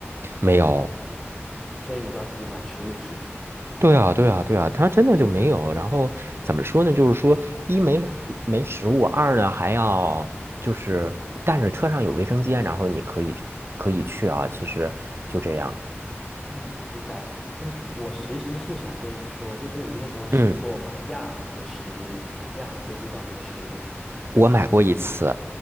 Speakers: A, on the right (about 60°); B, in the centre.
A: 没有，
B: 所以你就要自己买食物吃。
A: 对啊，对啊，对啊，它真的就没有。然后怎么说呢？就是说，一没没食物，二呢还要就是，但是车上有卫生间，然后你可以可以去啊。其实就这样。
B: 嗯，明白。哎，我其实是想跟你说，就是你有没有试过买亚航的食物，
A: 嗯，
B: 亚航飞机上面的食物？
A: 我买过一次。